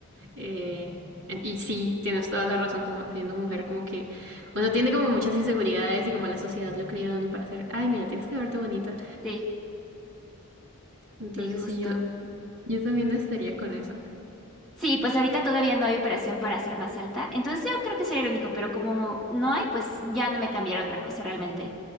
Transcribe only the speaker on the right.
eh, en- y sí, tienes toda la razón, como siendo mujer, como que uno tiene como muchas inseguridades y como la sociedad lo cría a uno para hacer, ay, mira, tienes que verte bonita.
Entonces
sí, yo, yo también estaría con eso.